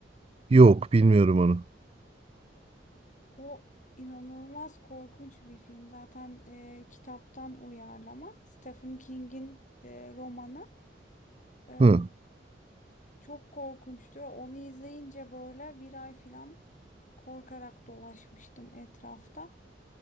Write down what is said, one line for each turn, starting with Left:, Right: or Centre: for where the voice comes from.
Right: Yok, bilmiyorum onu.
Left: O inanılmaz korkunç bir film. Zaten e, kitaptan uyarlama. Stephen King'in e, romanı. E,
Right: Hı.
Left: çok korkunçtu. Onu izleyince böyle bir ay falan korkarak dolaşmıştım etrafta.